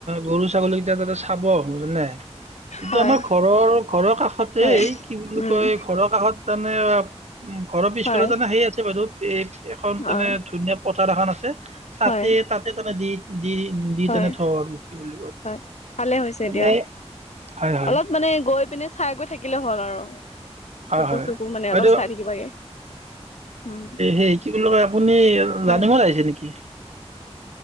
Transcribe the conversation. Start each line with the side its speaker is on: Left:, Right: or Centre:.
Right: গৰু ছাগলী কেইটা তাতে চাব আহো জানে কিন্তু
Left: হয়,
Right: আমাৰ ঘৰৰ - ঘৰৰ কাষতে
Left: হয়,
Right: কি বুলি
Left: উম,
Right: কয় ঘৰৰ কাষত তাৰমানে । উম', ঘৰৰ পিছফালে
Left: হয়,
Right: তানেই আছে বাইদেউ এই এখন
Left: হয়,
Right: মানে ধুনীয়া প এখন আছে। তাতে
Left: হয়,
Right: তাতে তোমাৰ দি দি দি
Left: হয়,
Right: তেনে থওঁ আৰু কি বুলি কয়
Left: হয়, ভালে হৈছে
Right: এনে
Left: দিয়া।
Right: হয় হয়।
Left: অলপ মানে গৈ পিনে চাই গৈ থাকিলে হ'ল আৰু।
Right: হয়
Left: কুকুৰ
Right: হয়
Left: চুকুৰ
Right: হয়
Left: মানে
Right: এইটো,
Left: অলপ চাই থাকিবাগে, উম,
Right: সেই কি বুলি কয় আপুনি
Left: হয়।
Right: জানিব আহিছে নেকি?